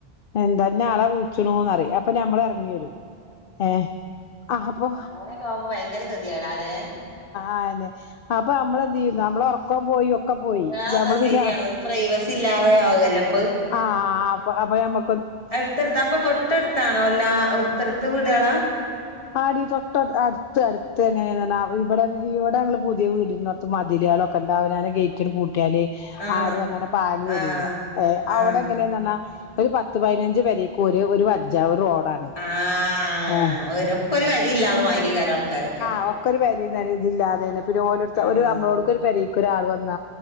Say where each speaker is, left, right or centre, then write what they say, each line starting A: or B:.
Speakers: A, on the left; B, on the left.
A: എന്ത ന്ന ആളാ വുൾച്ചുണൂന്നറിം. അപ്പൊ നമ്മള് എർങ്ങി വരും ഏ ആഹ് അപ്പൊ
B: അങ്ങനെയൊക്കെ ആവുമ്പോ ഭയങ്കര ഗതികേടാല്ലേ
A: ആതെന്നെ. അപ്പൊ നമ്മളെന്തെയ്യുന്നോ അമ്മള് ഒർ ക്കം പോയി ഒക്കെ പോയി
B: നിങ്ങളന്നാ
A: ഞമ്മള്
B: ശരിയാണ്
A: പിന്നെ.
B: ഒരു പ്രൈവസി ഇല്ലാതെ ആകല്ലേപ്പത്
A: ആഹ് അപ്പ അപ്പൊ ഞമ്മ
B: അട്ത്തട്ത്ത് അപ്പൊ തൊട്ടട്ത്താണോ എല്ലാ ഒട്ത്തെട്ത്ത് വീടാളാ?
A: ആടി തൊട്ട അട്ത്ത് അട്ത്ത് ങ്ങനെ ന്നർഞ്ഞ ഇബടെ ഇവടെ ങ്ങള് പുതിയ വീടിര്ന്നോ ത്ത് മതിലേളൊക്കെണ്ട് അവനാന്നെ ഗെയ്റ്റാണ്ട് പൂട്ടിയാല്.
B: ആഹ്
A: ആരും അങ്ങനെ പാഞ്ഞ്
B: ആഹ്
A: വരൂല. ഏ
B: ആഹ്
A: അവ്ടെ എങ്ങനേന്നർഞ്ഞാ. ഒര് പത്ത് പയ്നഞ്ച് പെരേക്കു ഒരേ ഒര്‌വജ്ജാ ഒര് റോഡാണ്
B: ആഹ്
A: ഏ
B: ഒരൊക്കൊരു വരില്ലാതെ മാരി അയ്ക്കാരം ആൾക്കാരൊക്കെ
A: അവക്കൊര് വെലേം നെലേം ഇതില്ലാതെന്നെ പിന്നെ ഓലട്ത്ത്
B: ആഹ്
A: ഒര് അമ്മട്ക്കൊര്പെരയ് കോരാള് വന്ന